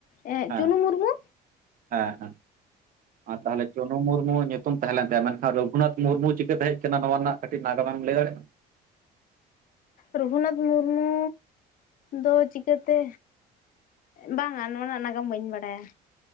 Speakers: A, on the left (about 55°); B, on the right (about 55°).
A: ᱮᱸ
B: ᱦᱮᱸ
A: ᱪᱩᱱᱩ ᱢᱩᱨᱢᱩ᱾
B: ᱦᱮᱸ ᱦᱮᱸ ᱟᱨ ᱛᱟᱦᱞᱮ ᱡᱚᱱᱚ ᱢᱩᱨᱢᱩᱣᱟᱜ ᱧᱩᱛᱩᱢ ᱛᱟᱦᱮᱸ ᱞᱮᱱ ᱛᱟᱭᱟ ᱪᱩᱱᱩ ᱪᱩᱱᱩ ᱢᱩᱨᱢᱩ ᱧᱩᱛᱩᱢ ᱛᱟᱦᱮᱸ ᱞᱮᱱᱛᱟᱭᱟ, ᱢᱮᱱᱠᱷᱟᱱ ᱨᱚᱜᱷᱩᱱᱟᱛᱷ ᱢᱩᱨᱢᱩ ᱪᱤᱠᱟᱹᱛᱮ ᱦᱮᱡ ᱠᱟᱱᱟ ᱱᱚᱣᱟ ᱨᱮᱱᱟᱜ ᱠᱟᱹᱴᱤᱡ ᱱᱟᱜᱟᱢᱮᱢ ᱞᱟᱹᱭ ᱫᱟᱲᱮᱭᱟᱜ-ᱟ?
A: ᱨᱩᱜᱷᱩᱱᱟᱛᱷ ᱢᱩᱨᱢᱩ ᱫᱚ ᱪᱤᱠᱟᱹᱛᱮ? ᱵᱟᱝᱟ ᱱᱚᱣᱟ ᱨᱮᱱᱟᱜ ᱱᱟᱜᱟᱢ ᱵᱟᱹᱧ ᱵᱟᱲᱟᱭᱟ᱾